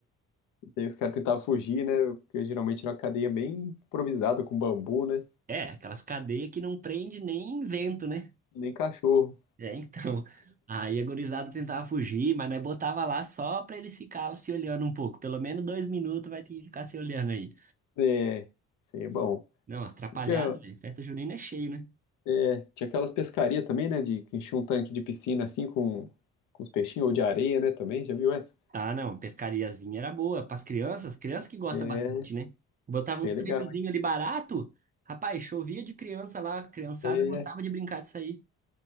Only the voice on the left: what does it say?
Daí os caras tentavam fugir, né? Porque geralmente era uma cadeia bem improvisada, com bambu, né?
Nem cachorro.
É, isso aí é bom.
E Tinha,
é, tinha aquelas pescarias também, né? De que enchia um tanque de piscina assim com, com os peixinhos, ou de areia, né? Também, já viu essa?
É,
isso
aí é
legal, hein?
É,